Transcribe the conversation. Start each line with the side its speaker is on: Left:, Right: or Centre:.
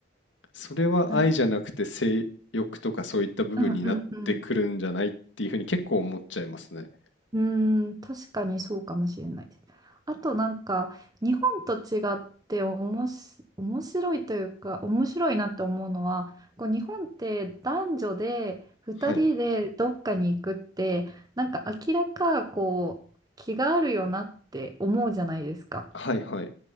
Left: それは愛じゃなくて性欲とかそういった部分になってくるんじゃないっていうふうに結構思っちゃいますね。
Right: うん、うん、うん、うん。うーん、確かにそうかもしれないです。あとなんか、日本と違っておもし、面白いというか、面白いなって思うのは、こう日本って男女で2人でどっかに行くって、
Left: はい。
Right: なんか明らかこう、気があるよなって思うじゃないですか。
Left: はいはい。